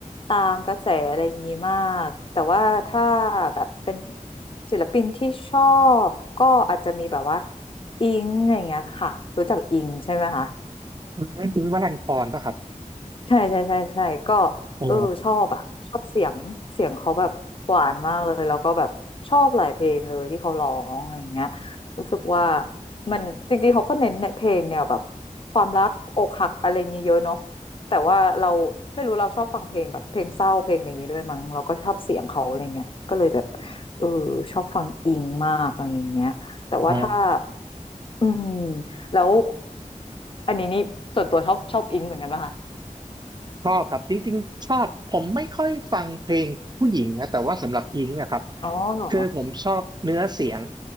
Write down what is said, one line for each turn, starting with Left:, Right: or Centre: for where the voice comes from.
Left: ตามกระแสอะไรอย่างนี้มากแต่ว่าถ้าแบบเป็นศิลปินที่ชอบก็อาจจะมีแบบว่าอิงอะไรอย่างเงี้ยค่ะรู้จักอิงใช่ไหมคะ
Right: อืมคุณวรันธรป่ะครับ
Left: ใช่ใช่ใช่ใช่ก็
Right: อ๋อ
Left: เออชอบอะชอบเสียงเสียงเขาแบบหวานมากเลยแล้วก็แบบชอบหลายเพลงเลยที่เขาร้องอะไรอย่างเงี้ยรู้สึกว่ามันจริงๆเขาก็เน้นเพลงแนวแบบความรักอกหักอะไรอย่างเงี้ยเยอะเนาะแต่ว่าเราไม่รู้เราชอบฟังเพลงแบบเพลงเศร้าเพลงอะไรอย่างงี้ด้วยมั้งเราก็ชอบเสียงเขาอะไรเงี้ยก็เลยแบบเออชอบฟังอิงมากอะไรอย่างเงี้ยแต่ว่าถ้า
Right: อ๋อ
Left: อืมแล้วอันนี้นี่ส่วนตัวชอบชอบอิงเหมือนกันป่ะคะ
Right: ชอบครับจริงๆชอบผมไม่ค่อยฟังเพลงผู้หญิงนะแต่ว่าสำหรับอิงอะครับ
Left: อ๋อเหรอ
Right: คือผมชอบเนื้อเสียง